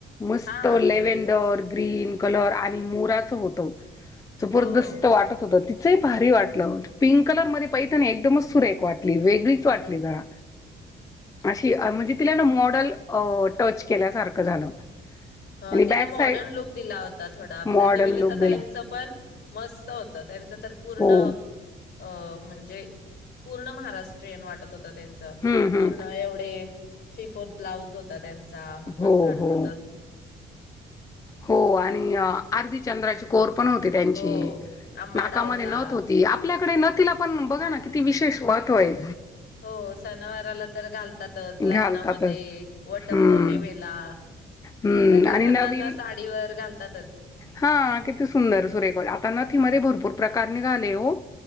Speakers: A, on the left (about 15°); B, on the left (about 70°).
A: मस्त
B: हां, हां
A: लेवंडर
B: पिंक कलरची.
A: ग्रीन कलर आ मोराच होत. जबरदस्त
B: हो हो
A: वाटत होत ते भारी वाटलं पिंक कलर मध्ये पैठणी ना एकदमच सुरेख वाटली वेगळीच वाटली जरा अशी म्हणजे तिला ना मॉडल अ टच केल्यासारखं झालं.
B: ह
A: आणि
B: तिन
A: बॅक
B: मॉडर्न
A: साईड
B: लुक दिला होता. थोडा
A: मॉडल
B: परत निवेदिता
A: लुक दिला
B: ताईंचं पण मस्त होतात. त्यांच तर पूर्ण
A: हो
B: अ म्हणजे पूर्ण महाराष्ट्रीयन वाटत होत. आता त्यांच
A: हम्म
B: पूर्ण
A: हम्म
B: एवढे थ्री फोर ब्लाउज होता त्यांचा चा मस्त
A: हो
B: वाटत
A: हो
B: होत
A: हो आणि अर्धी चंद्राची कोर पण होती त्यांची
B: हो आंबाडा
A: नाकामध्ये
B: होता
A: नथ होती. आपल्या तिकडे ना तिला पण बघा ना किती विशेष महत्त्वय.....
B: हो सात सणावाराला तर घाल? घालतात च लग्नामध्ये
A: घालतातच
B: वट
A: हम्म
B: पौर्णिमेला
A: हम्म
B: सगळ्या
A: आणि
B: सणांना
A: नवीन
B: साडीवर घाल...... त्यातच
A: हा किती सुंदर सुरेख आता नथी मध्ये भरपूर प्रकार निघाले ओ.